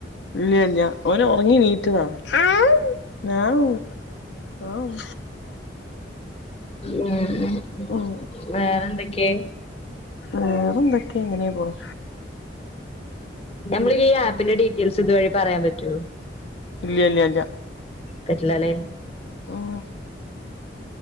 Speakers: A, on the left (about 70°); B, on the left (about 30°).
A: ഇല്ല ഇല്ല ഓന് ഒറങ്ങി നീറ്റതാ ആഹ് ഉം
B: ഉം ഉം
A: ഉം
B: വേറെ എന്തൊക്കെ?
A: വേറന്തൊക്കെ ഇങ്ങനെ പോണു.
B: ഞമ്മളി ഈ ആപ്പിന്റെ ഡീറ്റെയിൽസ് ഇതുവഴി പറയാൻ പറ്റോ.
A: ഇല്ല ഇല്ല ഇല്ല.
B: പറ്റില്ലാല്ലേ.
A: ഉം